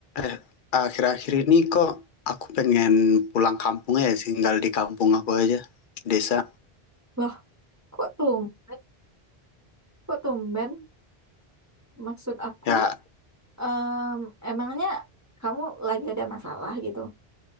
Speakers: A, on the left; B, on the right.
A: Eh, akhir-akhir ini kok aku pengen pulang kampung ya sih, tinggal di kampung aku aja desa
B: Loh, kok tumben? Kok tumben? Maksud aku,
A: ya
B: em, emangnya kamu lagi ada masalah gitu?